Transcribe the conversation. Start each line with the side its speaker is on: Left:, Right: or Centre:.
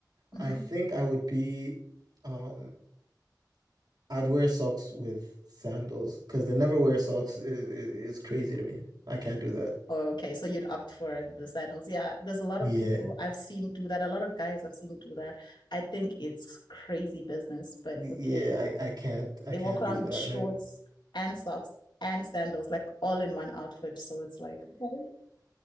Left: Mhm.
Right: I think I would be um I'd wear socks with sandals because they never wear socks is, is, is crazy to me. I can't do that.
Left: Okay. So you'd opt for the sandals. Yeah. There's a lot
Right: Yeah.
Left: of people I've seen do that. A lot of guys I've seen do that. I think it's crazy business, but
Right: Yeah,
Left: okay.
Right: I, I can't I
Left: They
Right: can't
Left: walk around
Right: do
Left: with
Right: that.
Left: shorts
Right: Like,
Left: and socks and sandals, like all in one outfit. So it's like, okay,